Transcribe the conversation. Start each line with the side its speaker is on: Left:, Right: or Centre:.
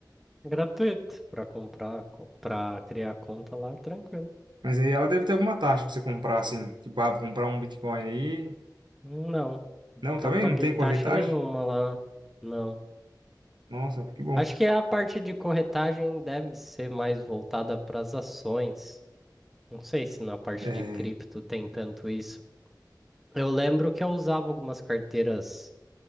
Centre: Gratuito, para comprar, para criar conta lá, tranquilo.
Right: Mas aí ela deve ter alguma taxa pra você comprar, assim. Tipo, ah, vou comprar um Bitcoin aí.
Centre: Não, nunca
Right: Não, também?
Centre: paguei
Right: Não tem
Centre: taxa
Right: corretagem?
Centre: nenhuma lá, não.
Right: Nossa, que bom.
Centre: Acho que a parte de corretagem deve ser mais voltada para as ações. Não sei se na parte
Right: É.
Centre: de cripto tem tanto isso. Eu lembro que eu usava algumas carteiras